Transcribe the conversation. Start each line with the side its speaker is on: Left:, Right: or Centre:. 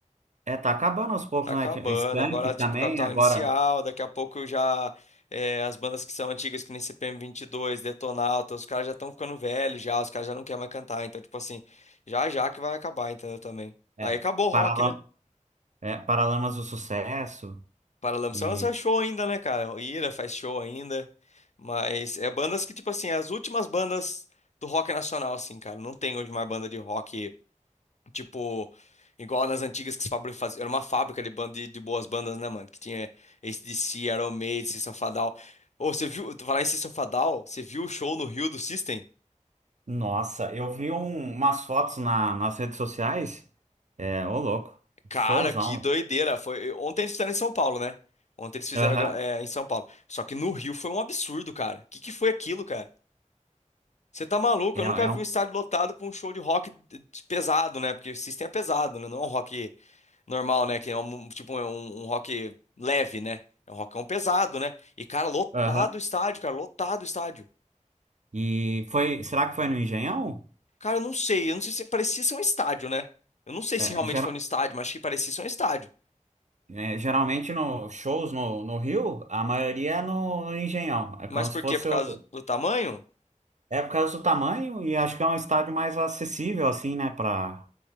Right: É, tá acabando aos poucos,
Left: Tá acabando.
Right: né? Tinha Skank
Left: Agora,
Right: também,
Left: tipo, Capital
Right: agora,
Left: Inicial, daqui a pouco já é, as bandas que são antigas, que nem CPM dois Detonauta, os caras já estão ficando velhos já, os caras já não querem mais cantar. Então, tipo assim, já já que vai acabar, entendeu? Também.
Right: é,
Left: Aí acabou o
Right: Paralamas,
Left: rock, né?
Right: é, Paralamas do Sucesso.
Left: Paralamas
Right: E,
Left: só lança show ainda, né, cara? O Ira faz show ainda. Mas é bandas que, tipo assim, as últimas bandas do rock nacional, assim, cara. Não tem hoje mais banda de rock Tipo, igual nas antigas que se fabri- fazia. Era uma fábrica de, ban- de, de boas bandas, né, mano? Que tinha AC/DC, Iron Maiden, System of a Down. Ô, você viu, falar em System of a Down, você viu o show no Rio do System?
Right: nossa, eu vi um- umas fotos na- nas redes sociais. É, ô louco.
Left: Cara,
Right: Showzão.
Left: que doideira. Foi, ontem eles fizeram em São Paulo, né? Ontem eles fizeram
Right: Aham.
Left: gra- é, em São Paulo. Só que no Rio foi um absurdo, cara. O que que foi aquilo, cara? Você tá maluco?
Right: É,
Left: Eu
Right: é
Left: nunca vi
Right: um.
Left: um estádio lotado pra um show de rock d- d- pesado, né? Porque o System é pesado, né? Não é um rock. normal, né? Que é um, tipo é um, um rock leve, né? É um rockão pesado, né? E, cara, lotado
Right: Aham.
Left: o estádio, cara, lotado o estádio.
Right: E foi. Será que foi no Engenhão?
Left: Cara, eu não sei, eu não sei se parecia ser um estádio, né? Eu não sei
Right: É,
Left: se realmente
Right: gera-
Left: foi no estádio, mas achei que parecia ser um estádio.
Right: é, geralmente no shows no, no Rio, a maioria é no, no Engenhão. É como
Left: Mas por
Right: se fosse
Left: quê? Por causa
Right: o.
Left: do tamanho?
Right: É por causa do tamanho e acho que é um estádio mais acessível, assim, né? Pra,